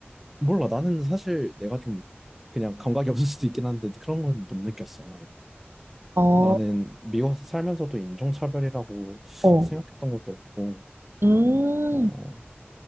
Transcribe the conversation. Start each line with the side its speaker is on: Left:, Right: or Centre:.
Centre: 몰라. 나는 사실 내가 좀 그냥 감각이 <laughs> 없을 수도 있긴 한데 그런 건 못 느꼈어, 아예.
Right: 어,
Centre: 나는 미국에서 살면서도 인종차별이라고
Right: 어.
Centre: 생각했던 것도 없고,
Right: 음,
Centre: 어,